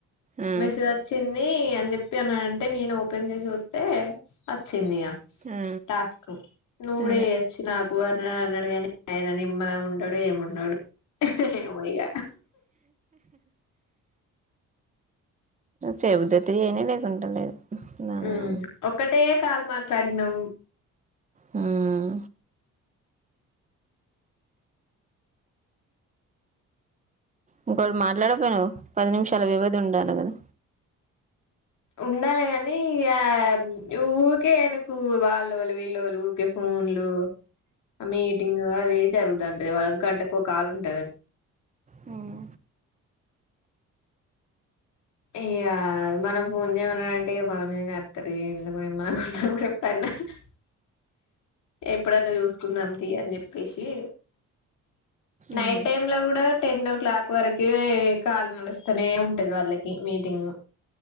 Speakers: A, on the right; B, on the left.
A: ఆ,
B: మెసేజ్ వచ్చింది ని అనీ చెప్పి అంటే నేను ఓపెన్ చూస్తే అచ్ కిన్వ్య
A: ఆ,
B: టాస్క్ నువ్వు కూడా
A: అదే
B: చేయచ్చు నా ఎక్కువ వరనడు గాని ఆయన నిమ్మళంగా ఉన్నటాడు ఏమిన్నాడు ఏమో ఇగ
A: చెబితే తి అని లేకుంటే లేదు దాని
B: హ్మ్
A: అని.
B: ఒకటే కాలు మాట్లాడినాం
A: హ్మ్ ఇంకోటి మాట్లాడకపోయినావు పది నిమిషాల వ్యవధి ఉండాలి కదా
B: ఉండాలి కానీ య ఊరికే ఆయనకు వాల్లొలు విల్లొలు ఊరికే ఫోన్లు మీటింగ్ అదే జరుగుతటది వా గంటకు ఒక కాలు ఉంటది
A: హ్మ్
B: ఇయ మనం ఫోన్ చేయమనంటే మన మీదనే అరుతాడు ఎందుకు నిమ్మళంగా <unintelligible> ఎప్పుడన్నా చూసుకుందాం తి అని చెప్పేసి నైట్
A: మ్మ్.
B: టైమ్ లా కూడా టెన్ ఓ క్లాక్ వరకే కాల్ నడుస్తూనే ఉంటది వాళ్ళ మీటింగు